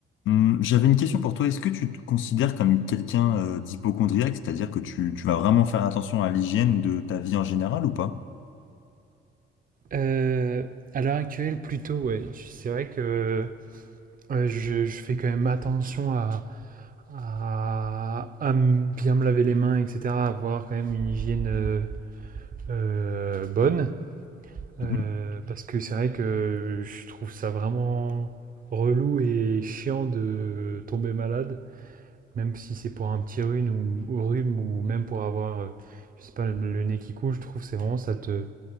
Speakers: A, on the left; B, on the right.
A: Hum, J'avais une question pour toi. Est-ce que tu te considères comme quelqu'un euh, d'hypocondriaque, c'est-à-dire que tu, tu vas vraiment faire attention à l'hygiène de ta vie en général ou pas?
B: Euh, à l'heure actuelle, plutôt, ouais. Je- C'est vrai que euh, je, je fais quand même attention à, à, à m- bien me laver les mains, etc., à avoir quand même une hygiène euh, euh, bonne. Euh,
A: Mhm.
B: parce que c'est vrai que je trouve ça vraiment relou et chiant de tomber malade, même si c'est pour un petit rhume ou, ou rhume ou même pour avoir, euh, je sais pas, le le nez qui coule, je trouve c'est vraiment ça te